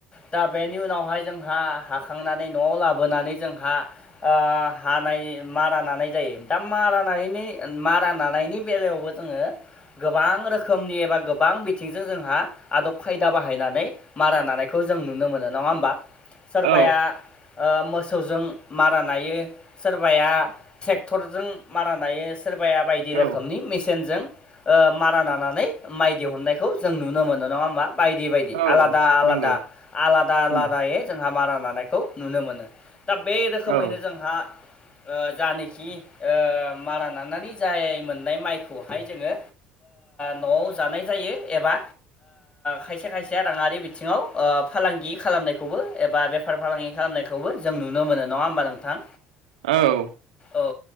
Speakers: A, on the left; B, on the right.
A: दा बेनि उनावहाय जोंहा हाखांनानै न'आव लाबोनानै जोंहा हानाय मारा नानाय जायो दा मारानि मारा नानायनि बेलायावबो जोङो गोबां रोखोमनि एबा गोबां बिथिंजों जोंहा आदब खायदा बाहायनानै मारा नानायखौ जों नुनो मोनो नङा होमबा सोरबाया
B: औ
A: मोसौजों मारा नायो सोरबाया ट्रेक्टरजों मारा नायायो सोरबाया बायदि बायदि
B: औ
A: रोखोमनि मेसेनजों मारा नानानै माइ दिहुननायखौ जों नुनो मोनो नङा होमबा बायदि बायदि
B: औ
A: आलादा आलादा
B: नंगौ
A: आलादा आलादा
B: उम
A: जोंहा मारा लानायखौ नुनो मोनो दा बे रोखोमैनो
B: औ
A: जोंहा जा नाखि मारा नानानै जायोमोन माइखौहाय जोङो न'आव जानाय जायो एबा खायसे खायसे राङारि बिथिङाव फालांगि खालामनायखौबो एबा बेफार फालांगि खालामनायखौबो जों नुनो मोनो नङा होमबा नोंथां
B: औ
A: औ